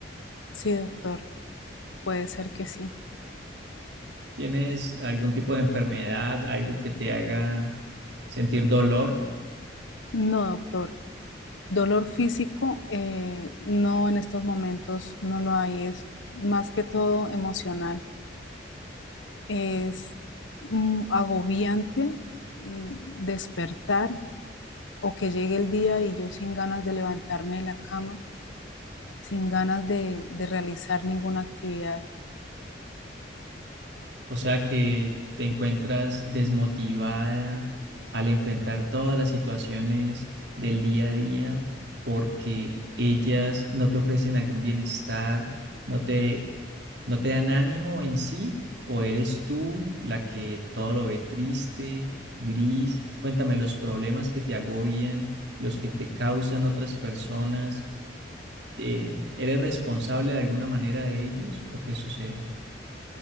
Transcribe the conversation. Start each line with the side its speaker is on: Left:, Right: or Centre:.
Left: Sí, doctor, puede ser que sí.
Right: ¿Tienes algún tipo de enfermedad, algo que te haga sentir dolor?
Left: No, doctor. Dolor físico, eh, no en estos momentos, no lo hay. Es más que todo emocional. Es mm, agobiante mm, despertar o que llegue el día y yo sin ganas de levantarme de la cama sin ganas de, de realizar ninguna actividad.
Right: O sea que te encuentras desmotivada al enfrentar todas las situaciones del día a día porque ellas no te ofrecen algún bienestar, no te, no te dan ánimo en sí, o eres tú la que todo lo ve triste, gris. Cuéntame los problemas que te agobian, los que te causan otras personas. eh, ¿eres responsable de alguna manera de ellos o qué sucede?